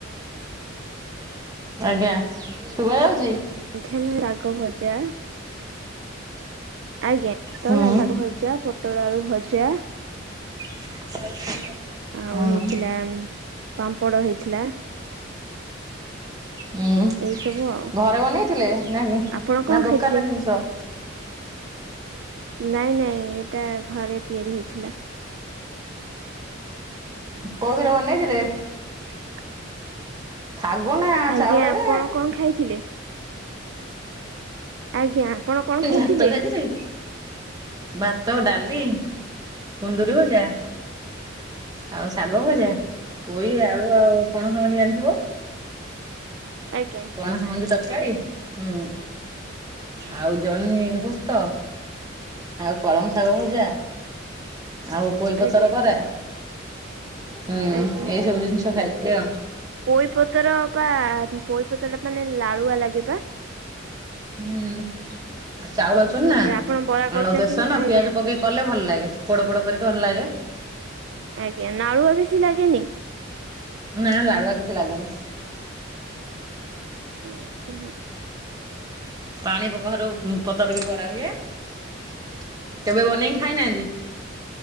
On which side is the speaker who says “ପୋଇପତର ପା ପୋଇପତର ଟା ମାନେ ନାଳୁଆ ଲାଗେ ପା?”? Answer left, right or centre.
Right